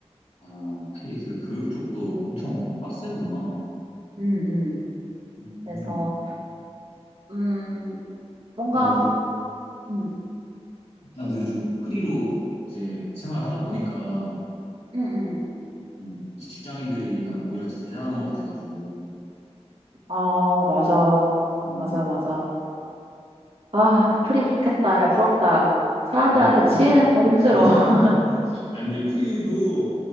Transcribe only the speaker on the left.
아, 확실히 그 교육 쪽도 엄청 빡세구나.
음,
나도,
나도 요즘 프리로 이제 생활하다 보니까,
음, 이제 직장인들이 난 오히려 더 대단한 것 같아가지고,
음.
아, 근데,
<laughs>
아, 근데 프리도